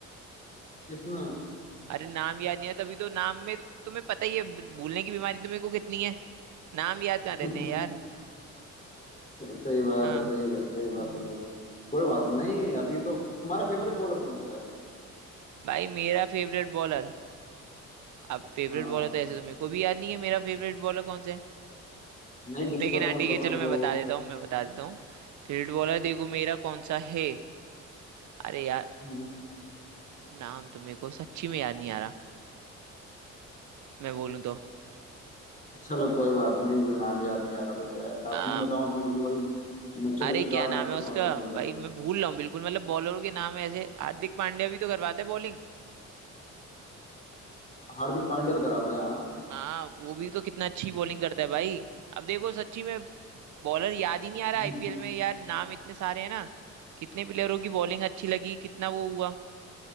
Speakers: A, on the left; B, on the right.
A: किसने
B: अरे नाम याद नहीं है तभी तो नाम में तुम्हें पता ही है भूलने की बीमारी तुम्हें को कितनी है नाम याद कहाँ रहते
A: <laughs>
B: हैं यार
A: स- सही बात
B: हाँ
A: है सही बात सही बात
B: हम्म
A: है भाई कोई बात नहीं
B: हम्म।
A: अभी तो तुम्हारा फेवरेट बॉलर कौन सा है
B: भाई मेरा फेवरेट बॉलर अब फेवरेट
A: हाँ
B: बॉलर तो ऐसे तो मेरे को भी याद नहीं है मेरा फेवरेट बॉलर कौन सा है
A: नहीं जिसका
B: लेकिन हाँ
A: तुम्हें
B: ठीक
A: पसंद
B: है चलो मैं
A: हो
B: बता देता हूँ मैं बता देता हूँ फेवरेट बॉलर देखो मेरा कौन सा है अरे यार
A: हम्म।
B: नाम तो मेरे को सच्ची में याद नहीं आ रहा मैं बोलूँ तो
A: चलो कोई बात नहीं तो नाम याद नहीं आ रहा था क्या है मैं
B: आ,
A: अपनी बताऊं तो मेरे को भाई मिचेल
B: अरे क्या
A: स्टार्क
B: नाम
A: मेरे
B: है
A: को बहुत
B: उसका
A: पसंद
B: भाई
A: है
B: मैं भूल रहा हूँ बिल्कुल मतलब बॉलरों के नाम ऐसे हार्दिक पांड्या भी तो करवाते हैं बॉलिंग
A: हार्दिक पांड्या तो कराता है हाँ
B: हाँ वो भी तो कितना अच्छी बॉलिंग करता है भाई अब देखो सच्ची में बॉलर याद ही नहीं आ रहा
A: हम्म,
B: आईपीएल में
A: हम्म,
B: यार नाम इतने सारे हैं ना कितने प्लेयरों की बॉलिंग अच्छी लगी कितना वो हुआ